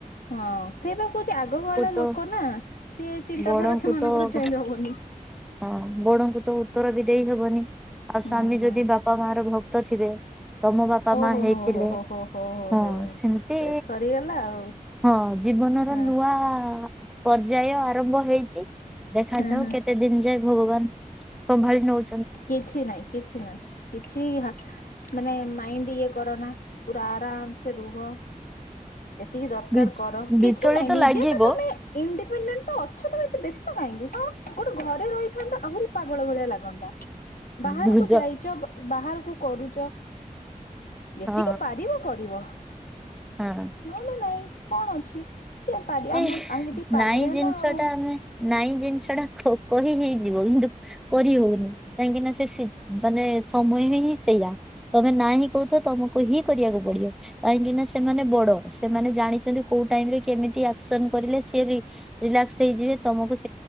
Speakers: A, on the left; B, in the centre.
A: ହଁ ସେଇ ବା କହୁଛି ଆଗକାଳ
B: ତ
A: ଲୋକ ନା ସିଏ ଚିନ୍ତାଧାରା
B: ବଡଙ୍କୁ
A: ସେମାନଙ୍କର
B: ତ
A: ଚେଞ୍ଜ ହବନି।
B: ହଁ ବଡଙ୍କୁ ତ ଉତ୍ତର ବି ଦେଇ ହବନି ଆଉ
A: ହୁଁ
B: ସ୍ଵାମୀ
A: ହୁଁ
B: ଯଦି ବାପା ମା ର ଭକ୍ ତ ଥିବେ ତମ ବାପା
A: ଓହୋ
B: ମା ହେଇଥିଲେ
A: ହୋ ହୋ ହୋ ହୋ ହୋ ହୋ
B: ହଁ
A: ହୋ
B: ସେମିତି
A: ସେଇଠି ସରିଗଲା ଆଉ
B: ହଁ ଜୀବନର
A: ହଁ
B: ନୂଆ ପର୍ଯ୍ୟାୟ ଆରମ୍ଭ ହେଇଛି। ଦେଖାଯାଉ
A: ହଁ ହଁ
B: କେତେ ଦିନ ଯାଏ ଭଗବାନ ସମ୍ଭାଳି ନଉଚ
A: କିଛି ନାହିଁ କିଛି ନାହିଁ କିଛି ମାନେ ମାଇଣ୍ଡ ଇଏ କରନା ପୁରା ଆରାମ ସେ ରୁହ। ଯେତିକି ଦରକାର
B: ବିଚ୍
A: କର
B: ବିଚଳିତ
A: କିଛି ନାହିଁ। ନିଜେ
B: ଲାଗିବ
A: ତ ତମେ ଇଣ୍ଡିପେଣ୍ଡେଣ୍ଟ ତ ଅଛ। ତମେ ଏତେ ବେ କାହିଁକି? କଣ ଗୋଟେ ଘରେ ରହିଥାନ୍ତ ଆହୁରି ପାଗଳ ଭଳିଆ ଲାଗନ୍ତା। ବାହାରକୁ
B: ଭୁଜ
A: ଯାଇଛ ବାହାରକୁ କରୁଛ। ଯେତିକି
B: ହଁ
A: ପାରିବ କରିବ।
B: ହଁ
A: ନହେଲେ ନାଇଁ କଣ ଅଛି? କିଏ ପାରି
B: ସେ
A: ଆମ ଆମେ ଯଦି ପାରିବା
B: ନାଇଁ ଜିନିଷ
A: ନା ଆଉ
B: ଟା ଆମେ ନାଇଁ ଜିନିଷ ଟା କ କହି ହେଇଯିବ କିନ୍ତୁ କରିହଉନି। କାହିଁକି ନା ସେ ସି ମାନେ ସମୟ ହିଁ ସେଇୟା। ତମେ ନାହିଁ କହୁଥିବ ତମକୁ ହିଁ କରିବାକୁ ପଡିବ। କାହିଁକି ନା ସେମାନେ ବଡ ଡ ସେମାନେ ଜାଣିଛନ୍ତି। କୋଉ ଟାଇମରେ କେମିତି ଆକ୍ସନ କରିଲେ ସେ ରି ରିଲାକ୍ସ୍ ହେଇଯିବେ। ତମ